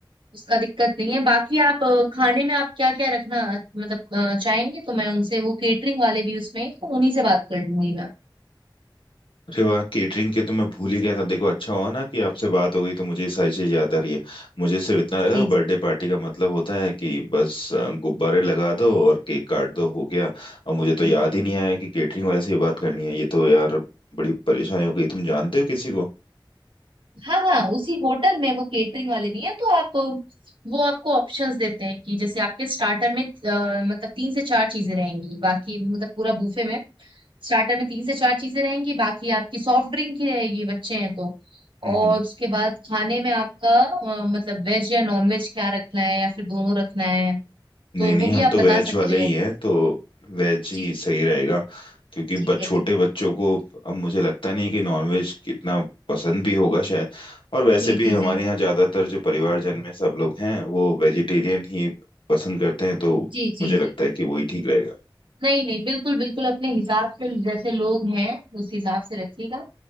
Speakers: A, on the right; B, on the left.
A: उसका दिक्कत नहीं है बाकी आप अ, खाने में आप क्या क्या रखना मतलब अ, चाहेंगे तो मैं उनसे वो केटरिंग वाले भी उसमें हैं, तो उन्हीं से बात कर लूंगी मैं
B: अरे वाह केटरिंग के तो मैं भूल ही गया था देखो अच्छा हुआ ना कि आपसे बात हो गई तो मुझे ये सारी चीज याद आ रही है मुझे सिर्फ इतना लगा
A: जी
B: कि बर्थडे
A: जी
B: पार्टी का मतलब होता है कि बस अ, गुब्बारे लगा दो और केक काट दो हो गया और मुझे तो
A: जी
B: याद ही नहीं
A: जी।
B: आया कि केटरिंग वाले से भी बात करनी है ये तो यार बड़ी परेशानी हो गई तुम जानते हो किसी को
A: हाँ हाँ उसी होटल में वो केटरिंग वाले भी हैं तो आप अ, वो आपको ऑप्शंस देते हैं कि जैसे आपके स्टार्टर में अ, मतलब तीन से चार चीजें रहेंगी बाकी मतलब पूरा बूफे में स्टार्टर में तीन से चार चीजें रहेंगी बाकी आपकी सॉफ्ट ड्रिंक की रहेगी बच्चे हैं तो
B: हम्म
A: और
B: हम्म।
A: उसके बाद खाने में आपका अ, मतलब वेज या नॉन वेज क्या रखना है या फिर दोनों रखना है
B: नहीं
A: तो
B: नहीं
A: वो भी
B: हम
A: आप
B: तो
A: बता
B: वेज
A: सकते
B: वाले ही
A: हो
B: हैं तो वेज ही
A: जी
B: सही
A: जी
B: रहेगा क्योंकि ब,
A: ठीक
B: छोटे
A: है ठीक
B: बच्चों
A: है
B: को अब मुझे लगता नहीं है कि नॉनवेज इतना पसंद भी होगा शायद और वैसे
A: जी
B: भी
A: जी
B: हमारे
A: जी
B: यहाँ ज्यादातर जो परिवारजन में सब लोग हैं वो वेजिटेरियन ही पसंद करते हैं तो
A: जी जी
B: मुझे लगता
A: जी
B: है कि वही ठीक रहेगा
A: नहीं नहीं बिल्कुल बिल्कुल अपने हिसाब से जैसे लोग हैं उस हिसाब से रखिएगा